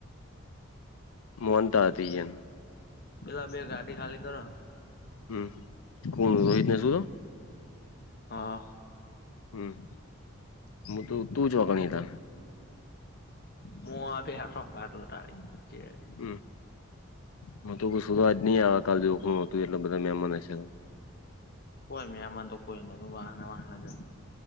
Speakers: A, on the left (about 85°); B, on the left (about 45°).
A: માનતા હતતી એમ.
B: પેલા બે ગાડી ખાલી કરો
A: હમ કોનું રેટ શું તો.
B: હા
A: હમ હું તો તું જોગળીયા ઘણી રાખ.
B: મુ હા બેઠો ખાટલો ઢાળી ને.
A: હમ હું તો <unintelligible> નહી આવે કલ જેવું શું હતું એટલે બધા મે મને છે <unintelligible>
B: કોઈ મેમાન તો કોઈ નતું વાહન વહન જ હતા.